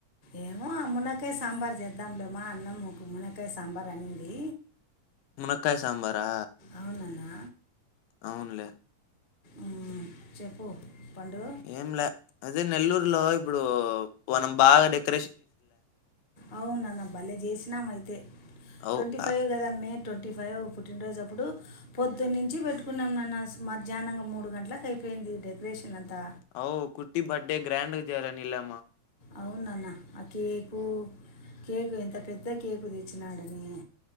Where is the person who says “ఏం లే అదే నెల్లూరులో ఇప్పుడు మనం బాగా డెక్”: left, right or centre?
Left